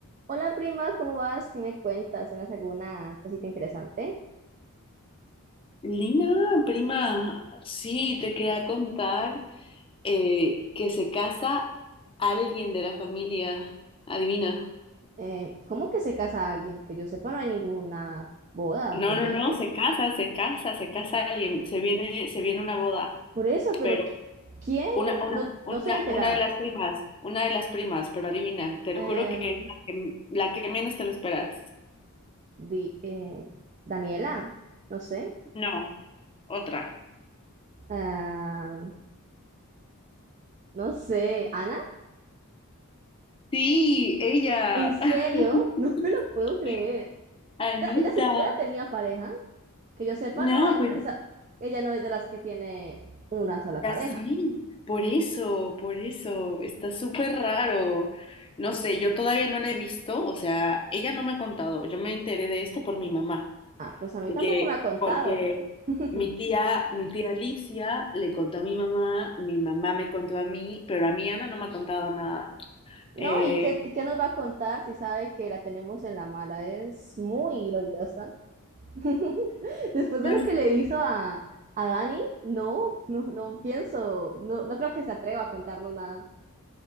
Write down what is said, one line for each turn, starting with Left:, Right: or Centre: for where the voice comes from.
Right: Hola prima, ¿cómo vas? ¿Qué me cuentas? ¿Tienes alguna cosita interesante?
Left: Lina, prima, sí, te quería contar eh, que se casa alguien de la familia. Adivina.
Right: Eh, ¿cómo que se casa alguien? Que yo sepa, no hay ninguna boda
Left: No,
Right: pendiente.
Left: no, no, se casa, se casa, se casa alguien. Se viene, se viene una boda.
Right: Por eso, pero
Left: Pero
Right: ¿qui- ¿quién?
Left: una, una,
Right: No,
Left: una,
Right: no soy enterada.
Left: una de las primas, una de las primas, pero adivina, te lo juro
Right: Em,
Left: que es la que, la que menos te lo esperas.
Right: di- em, Daniela, no sé.
Left: No, otra.
Right: Am, no sé, Ana,
Left: Sí, ella.
Right: ¿en serio?
Left: <laughs>
Right: <laughs> No me lo puedo
Left: Sí,
Right: creer.
Left: Anita.
Right: Ya- Ella, siquiera tenía pareja. Que yo sepa,
Left: No,
Right: no es
Left: pues.
Right: precisa. Ella no es de las que tiene una sola
Left: Ya
Right: pareja.
Left: sí, por eso, por eso, está súper raro. No sé, yo todavía no la he visto, o sea, ella no me ha contado, yo me enteré de esto por mi mamá,
Right: Ah, pues a mí
Left: porque,
Right: tampoco me ha contado.
Left: porque
Right: <laughs>
Left: mi tía, mi tía Alicia le contó a mi mamá, mi mamá me contó a mí, pero a mí Ana no me ha contado nada.
Right: No,
Left: Eh,
Right: ¿y qué, y qué nos va a contar si sabe que la tenemos en la mala? Es muy odiosa. <laughs> Después de
Left: ya
Right: lo
Left: sé,
Right: que le hizo a, a Dani, no, no, no pienso, no, no creo que se atreva a contarnos nada.